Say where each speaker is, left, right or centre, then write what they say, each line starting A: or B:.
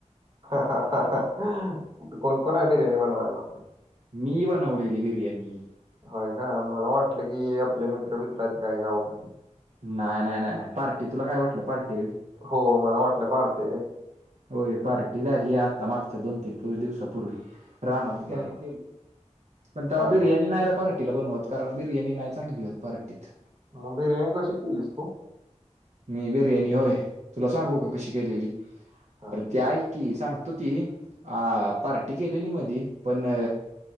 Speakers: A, on the right; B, on the right.
A: अ हं हं हं हां, तिथं कोण-कोण हाय बिर्याणी बनवायला?
B: मी बनवलेली बीरयानी.
A: होय का मला वाटलं की हे आपले मित्र-मित्र आहेत काय गावाकडली.
B: नाय नाय नाय नाय, पार्टी तुला काय वाटलं पार्टीआय.
A: हो मला वाटलं पार्टी हाय रे.
B: होय पार्टी झाली आता मागच्या दोन-तीन दिवसापूर्वी. रानात केली
A: बर
B: केली, पण तेव्हा
A: हा
B: बिर्याणी
A: हा
B: नाय र पण तिला बनवत कारण बिर्याणी नाय चांगली होत पार्टीत.
A: मंग बिर्याणी कशी केलीस तु?
B: मी बिर्याणी होय, तुला सांगू
A: हं,
B: का कशी केलेली?
A: हा
B: परत ते ऐक की सांगतो की आ, पार्टी केलेली मधी पण अ